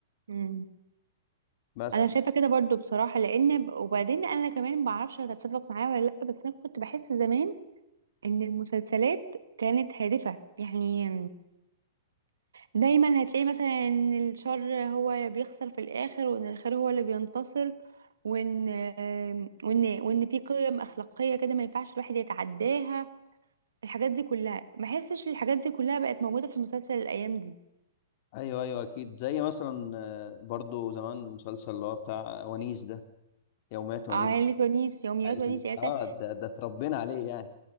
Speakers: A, on the right (about 80°); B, on the left (about 50°).
A: مم.
B: بس
A: انا شايفه كده برضو بصراحه لان وبعدين انا كمان ما اعرفش هتتفق معايا ولا لا بس انا كنت بحس زمان ان المسلسلات كانت هادفه يعني دايما هتلاقي مثلا ان الشر هو بيخسر في الاخر وان الخير هو اللي بينتصر وان آم، وان وان في قيم اخلاقيه كده ما ينفعش الواحد يتعداها الحاجات دي كلها ما احسش الحاجات دي كلها بقت موجوده في المسلسل الايام دي
B: ايوه ايوه اكيد زي مثلا آه، برضو زمان مسلسل اللي هو بتاع ونيس ده يوميات ونيس
A: عائلة ونيس يوميات
B: عائلة
A: ونيس
B: ونيس.
A: يعني مثلا
B: اه ده ده اتربينا عليه يعني